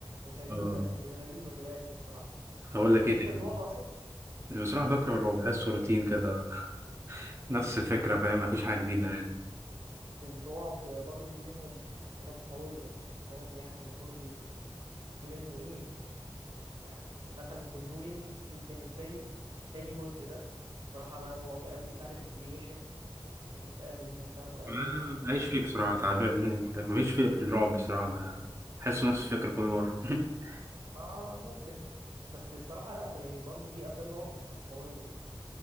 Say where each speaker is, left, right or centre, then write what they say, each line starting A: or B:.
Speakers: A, on the right (about 80°); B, on the right (about 30°).
A: غريبة
B: آه،
A: كانت غريبة في الآخر الصراحة
B: هقول لك
A: طب
B: إيه
A: ليك
B: تاني
A: في الرعب أصلا؟
B: بصراحة بكره الرعب بحسه روتين كده <laughs> نفس الفكرة فاهم مفيش حاجة جديدة يعني
A: الرعب برضو في منهم حاجات قوية الصراحة الرعب يعني برضو في منه إيه يعني مثلا كونجورينج بالنسبة لي تاني جزء ده الصراحة ده رعب قوي وأنابل كرييشن فكرة أنابل دي نفسها مرعبة
B: ما-
A: برضو بالنسبة
B: معيش
A: لي
B: فيه بصراحة تعبان <laughs> مفيش فيه في الرعب بصراحة ما- بحسه نفس الفكرة كل مرة <laughs>
A: آه ممكن بس الصراحة لأ يعني برضو في أفلام رعب بتبقى قوية الصراحة